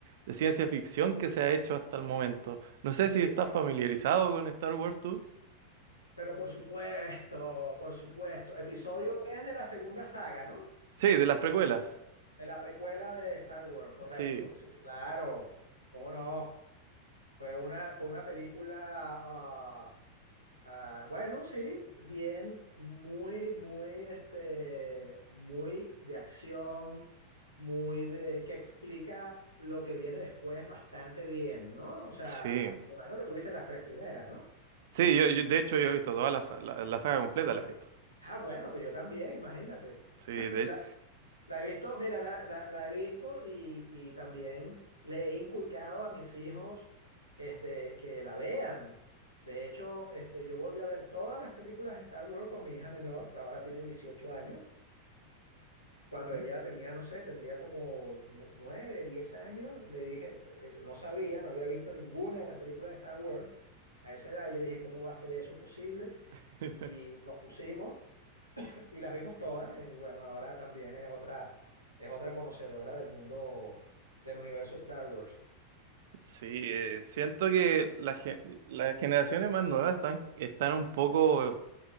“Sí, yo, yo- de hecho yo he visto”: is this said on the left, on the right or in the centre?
Right